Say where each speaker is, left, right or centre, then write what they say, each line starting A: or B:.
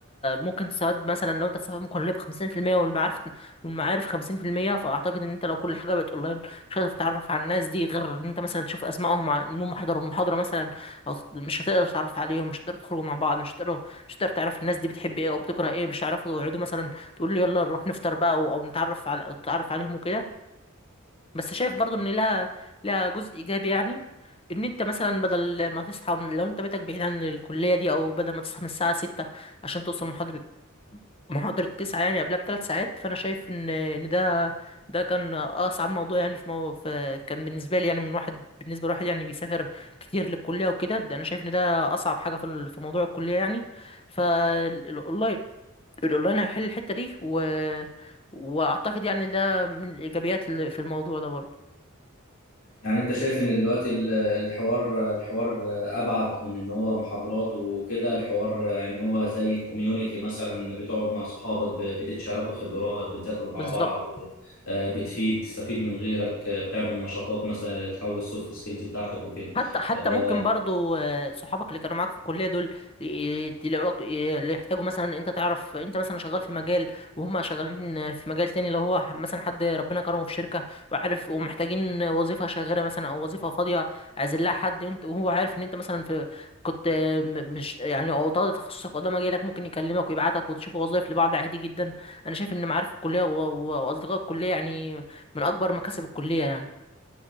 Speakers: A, on the left; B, on the left.
A: ممكن تساعد مثلا لو انت تسافر من الكليه بخمسين في المية والمعارف والمعارف خمسين في المية فاعتقد ان انت لو كل حاجه بقت اونلاين مش هتقدر تتعرف على الناس دي غير ان انت مثلا تشوف اسمائهم ع- انهم حضروا المحاضره مثلا او تت- مش هتقدر تتعرف عليهم مش هتقدر تخرجوا مع بعض مش هتقدر مش هتقدر تعرف الناس دي بتحب ايه او بتكره ايه مش هتعرفوا يقعدوا مثلا تقول يلا نروح نفطر بقى او أو نتعرف على او تتعرف عليهم وكده بس شايف برضو ان لها لها جزء ايجابي يعني ان انت مثلا بدل ما تصحى من لو انت بيتك بعيد عن الكليه دي او بدل ما تصحى من الساعه 6 عشان توصل محاضره محاضره 9 يعني قبلها بثلاث ساعات فانا شايف ان ان ده ده كان اصعب موضوع يعني في, مو... في كان بالنسبه لي يعني من واحد بالنسبه لواحد يعني بيسافر كتير للكليه وكده ده انا شايف ان ده اصعب حاجه في ال- في موضوع الكليه يعني فالاونلاين الاونلاين هيحل الحته دي و... واعتقد يعني ده من الايجابيات اللي في الموضوع ده برضو
B: يعني انت شايف ان دلوقتي ال- الحوار الحوار ابعد من ان هو محاضرات وكده الحوار ان هو زي كوميونيتي مثلا بتقعد مع صحابك ب- بتتشاركوا خبرات بتذاكروا مع
A: بالظبط
B: بعض آه، بتفيد تستفيد من غيرك آه، بتعمل نشاطات مثلا تقوي السوفت سكيلز بتاعتك وكده
A: حتى حتى
B: آه،
A: ممكن برضو آه، صحابك اللي كانوا معاك في الكليه دول ي- تلاقوا ي- اللي يحتاجوا مثلا انت تعرف انت مثلا شغال في مجال وهم شغالين في مجال تاني لو هو مثلا حد ربنا كرمه في شركه وعارف ومحتاجين وظيفه شاغره مثلا او وظيفه فاضيه عايزين لها حد وانت وهو عارف ان انت مثلا في كنت آه، م- مش يعني او طالب تخصصك قدام مجالك ممكن يكلمك ويبعتك وتشوفوا وظائف لبعض عادي جدا انا شايف ان معارف الكليه و- و- واصدقاء الكليه يعني من اكبر مكاسب الكليه يعني